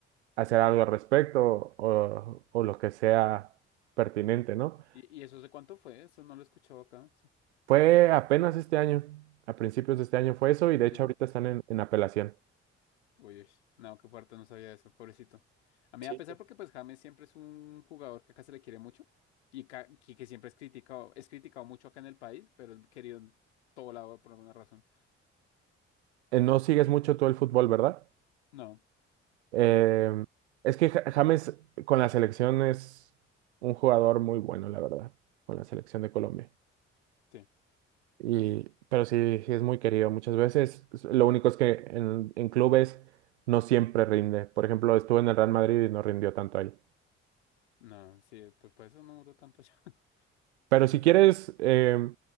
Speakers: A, on the right; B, on the left.
A: hacer algo al respecto o, o lo que sea pertinente, ¿no?
B: ¿Y, y eso sé cuánto fue? Eso no lo he escuchado acá. Sí.
A: Fue apenas este año, a principios de este año fue eso y de hecho
B: Sí.
A: ahorita están en, en apelación.
B: Uy, uy, no, qué fuerte, no sabía eso, pobrecito. A mí,
A: Sí.
B: a pesar porque pues James siempre es un jugador que acá se le quiere mucho y ca- que, que siempre es criticado, es criticado mucho acá en el país, pero es querido en todo lado por alguna razón.
A: Eh, no sigues mucho tú el fútbol, ¿verdad?
B: No.
A: Eh, es que Ja- James con la selección es un jugador muy bueno, la verdad, con la selección de Colombia.
B: sí.
A: Y, pero sí, sí es muy querido muchas veces. S- Lo único es que en, en clubes no siempre rinde. Por ejemplo, estuvo en el Real Madrid y no rindió tanto ahí.
B: No, sí, pues por eso no duró tanto ya. <laughs>
A: Pero si quieres, eh,